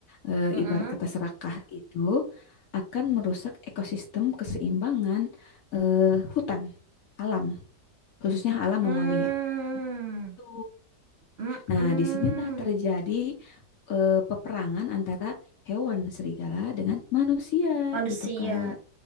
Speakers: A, on the left (about 65°); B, on the right (about 50°).
A: eh,
B: Mm-mm.
A: ibarat kata serakah itu akan merusak ekosistem keseimbangan eh, hutan alam, khususnya alam
B: Mm.
A: Mongolia. Gitu.
B: Mm-mm.
A: Nah, disinilah terjadi eh, peperangan antara hewan serigala dengan manusia
B: Manusia.
A: gitu Kak.